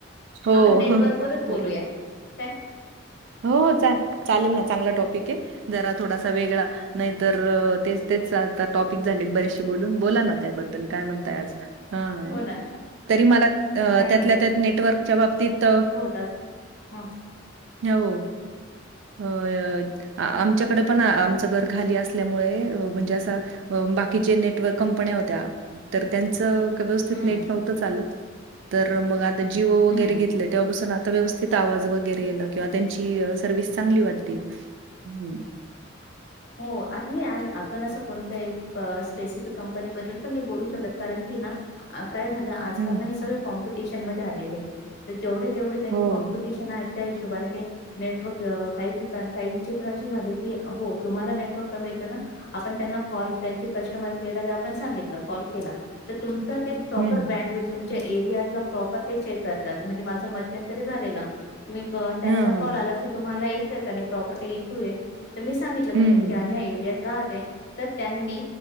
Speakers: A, on the right; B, on the left.
A: हो
B: आपण नेटवर्कवरच
A: ह्हह्ह
B: बोलूया
A: बरोबर.
B: काय
A: होहो चाल. चालल ना चांगला टॉपिकाय, जरा थोडासा वेगळा, नाहीतर तेच तेच ता टॉपिक झालेत बरेचसे बोलून, बोला ना त्याबद्दल काय म्हणताय आज. हं,
B: हो ना
A: तरी मला अ
B: काही
A: त्यातल्या त्यात नेटवर्कच्या बाबतीत्त.
B: जास्त, हं
A: हओ, होय, होय. आमच्याकडे पण, आमचं घर खाली असल्यामुळे म्हणजे असं बाकीचे नेटवर्क कंपन्या होत्या तर त्यांचं का व्यवस्तित
B: हम्म,
A: नेट नव्हतं चालत तर मग आता जीओ वगरे
B: हम्म.
A: घेतलंय तेव्हापासून आत त व्यवस्थित आवाज वगरे येला. वा त्यांची सर्विस चांगली वाटती, हं.
B: हो आता नाही आलं आपण असं कोणतं एक प स्पेसिफिक कंपनीबद्दल पण नाही बोलू शकत कारण की ना, काय झालं आजकाल
A: हं,
B: ना हे सगळं कॉम्पिटिशन मधे आलेले आहेत, त जेवढे जेवढे त्यांचे
A: हो.
B: कॉम्पिटिशन आहेत ‌ त्या हिशोबाने ते, नेटवर्क काही ठिकाणी काहींचे त असे झाले की हो तुम्हाला नेटवर्क कमी येतं ना? आपण त्यांना कॉल, त्यांची कस्टमर केलं त आपण सांगितलं कॉल केला तर तुमचा ते प्रॉपर
A: हं.
B: ब्रँड विल, तुमच्या एरियातला प्रॉपर ते चेक करतात म्हणजे माझं मध्यंतरी झालेलं. तो एक, त्यांचा
A: हां, हां.
B: कॉल आला की तुम्हाला येतंय का नाही प्रॉपर काही इश्यू आय? सांगितलं मी
A: हं.
B: ह्या ह्या एरियात राहते तर त्यांनी